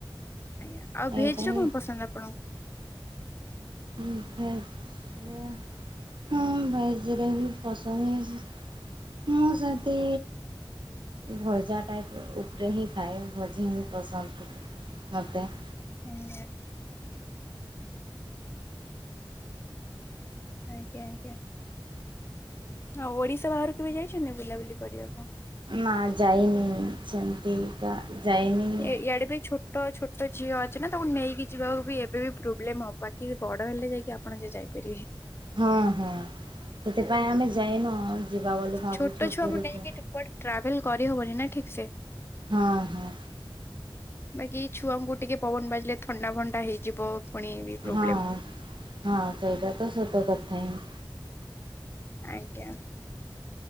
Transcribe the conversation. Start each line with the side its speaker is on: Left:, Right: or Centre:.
Left: ଆଜ୍ଞା ଆଉ ଭେଜ
Right: ଏଇଟା
Left: ରେ
Right: ହିଁ
Left: କଣ ପସନ୍ଦ ଆପଣଙ୍କୁ?
Right: ଫସଆ <inaudible> ହଁ ଭେଜରେ ବି ପସନ୍ଦ ହେଛି ମୁଁ ସେଠୀ ଭଜା ଟାଇପ ଉପରେ ହିଁ ଖାଏ ଭଜା ହ ସ ଘରତ <inaudible>
Left: ହୁଁ <unintelligible> ଆଜ୍ଞା ଆଜ୍ଞା। ଆଉ ଓଡିଶା ବାହାରକୁ କେବେ। ଯାଇଛନ୍ତି ବୁଲାବୁଲି କରିବାକୁ
Right: ନା ଯାଇନି ସେମିତିକା ଯାଇନି
Left: ଏଇଆଡେ ବି ଛୁଟ ଛୋଟ ଛୋଟ ଝିଅ ଅଛି ନା ତାକୁ ନେଇକି ଯିବାକୁ ବି ଏବେ ବି ପ୍ରୋବ୍ଲେମ୍ ହେବ ବାକି ବଡ଼ ହେଲେ ଯାଇକି ଆପଣ ଯାଇପାରିବେ। ଏରେ
Right: ହଁ ହଁ ସେଥିପାଇଁ ଆମେ ଯାଇନୁ। ଯିବା ବୋଲି ଭାବୁଛୁ
Left: ଛୋଟ ଛୁଆଙ୍କୁ
Right: ପୁରୀକୁ।
Left: ନେଇକି କୁଆଡେ ଟ୍ରାଭେଲ କରିହବନି ନା ଠିକ୍ ସେ।
Right: ହଁ ହଁ।
Left: ବାକି ଛୁଆଙ୍କୁ ଟିକେ ପବନ ବାଜିଲେ ଥଣ୍ଡା ଫଣ୍ଡା ହେଇଯିବ। ପୁଣି ବି ପ୍ରୋବ୍ଲେମ
Right: ହଁ ହଁ ସେଇଟା ତ ସତ କଥା ହିଁ
Left: ଆଜ୍ଞା।